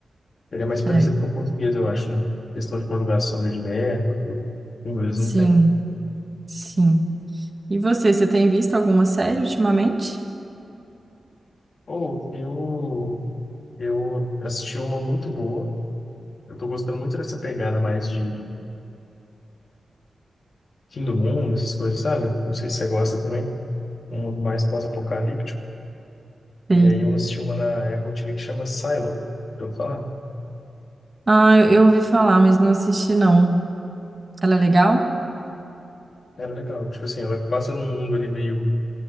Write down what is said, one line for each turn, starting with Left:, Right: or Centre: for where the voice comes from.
Left: Ele é mais parecido
Right: é,
Left: com o português, eu acho, né? Questão de conjugação de verbo, tudo. O inglês
Right: sim,
Left: não tem.
Right: sim. E você, você tem visto alguma série ultimamente?
Left: Ou eu Eu assisti uma muito boa. Eu tô gostando muito dessa pegada mais de fim do mundo, essas coisas, sabe? Não sei se você gosta também. Um mundo mais pós-apocalíptico.
Right: Sei.
Left: E aí eu assisti uma na Apple TV que chama Silo. Eu falar,
Right: Ah, eu, eu ouvi falar, mas não assisti, não. Ela é legal?
Left: era legal. Tipo assim, ela passa num mundo ali meio